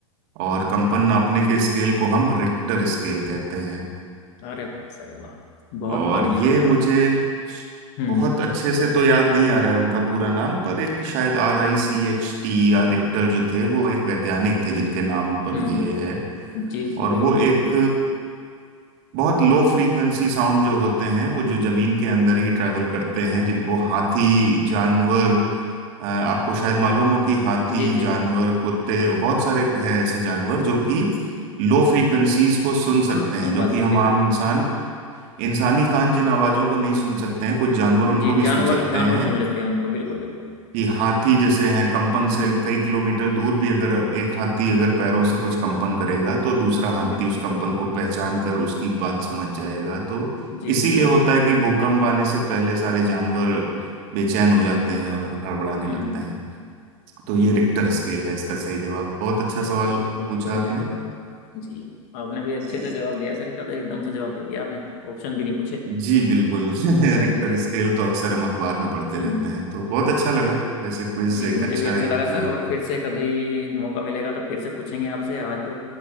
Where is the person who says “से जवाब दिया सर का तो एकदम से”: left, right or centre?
Left